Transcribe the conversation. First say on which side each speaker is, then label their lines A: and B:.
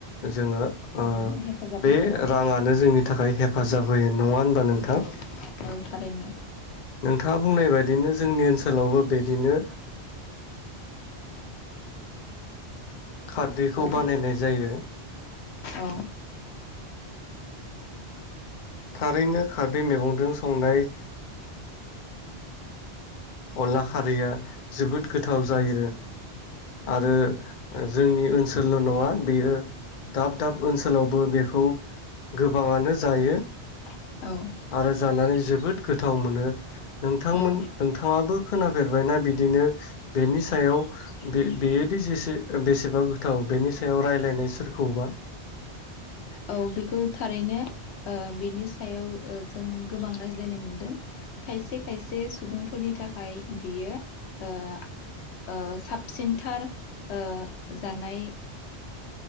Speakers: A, on the left (about 55°); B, on the left (about 75°).
A: जोङो
B: उम
A: ओ
B: हेफाजाब
A: बे
B: मोनो औ
A: राङानो जोंनि थाखाय हेफाजाब होयो। नङा होनबा नों
B: औ औ थारैनो।
A: नोंथाङा बुंनाय बायदिनो जोंनि ओनसोलावबो बिदिनो खारदैखौ
B: औ
A: बानायनाय जायो।
B: औ।
A: थारैनो खारदै मेगंदों संनाय अनला खारैया जोबोद गोथाव जायो। आरो जोंनि ओनसोलल' नङा बेयो दाब दाब ओनसोलावबो बेखौ गोबाङानो जायो
B: औ औ
A: आरो जानानै जोबोद गोथाव मोनो। नोंथांमोन
B: औ
A: नोंथाङाबो खोनाफेरबायना बिदिनो बेनि सायाव बे-बेयोदि जेसे बेसेबा गोथाव बेनि सायाव रायलायनाय सोरखौबा?
B: औ बेखौ थारैनो ओ बिनि सायाव ओ जों गोबां रायज्लायनाय मोनदों। खायसे खायसे सुबुंफोरनि थाखाय बियो ओ ओ साबसिनथार ओ जानाय